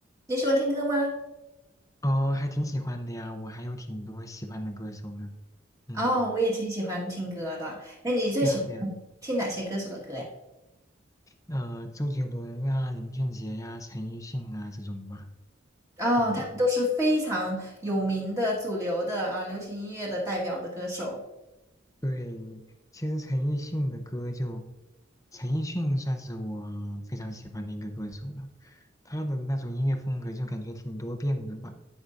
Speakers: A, on the right; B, on the left.
A: 你喜欢听歌吗？
B: 哦，还挺喜欢的呀，我还有挺多喜欢的歌手呢。嗯，
A: 哦，我也挺喜欢听歌的。那你最喜欢
B: 对呀对呀，
A: 听哪些歌手的歌呀？
B: 呃，周杰伦呀、林俊杰呀、陈奕迅啊这种吧。
A: 哦，
B: 嗯，
A: 他们都是非常有名的主流的啊，流行音乐的代表的歌手。
B: 对，其实陈奕迅的歌就，陈奕迅算是我非常喜欢的一个歌手了。他的那种音乐风格就感觉挺多变的吧，